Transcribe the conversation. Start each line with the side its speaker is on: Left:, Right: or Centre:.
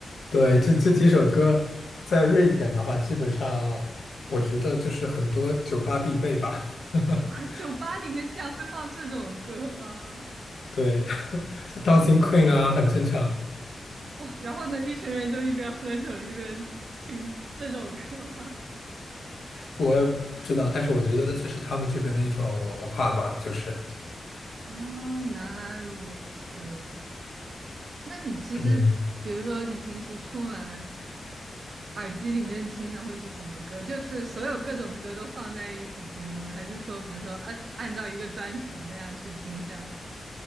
Left: 对，这这几首歌在瑞典的话，基本上我觉得就是很多酒吧必备吧。<laughs>
Right: 啊，酒吧里面竟然会放这种歌吗？
Left: 对，<laughs> 像 Dancing Queen 啊，很正常。
Right: 哇，然后呢，一群人就一边喝酒一边听这种歌吗？
Left: 我也不知道，但是我觉得这是他们这边的一种文化吧，就是，
Right: 啊，原来如此。那你其实，
Left: 嗯，
Right: 比如说你平时出门，耳机里面听的会是什么歌？就是所有各种歌都放在一起听吗？还是说，比如说按按照一个专辑那样去听下来？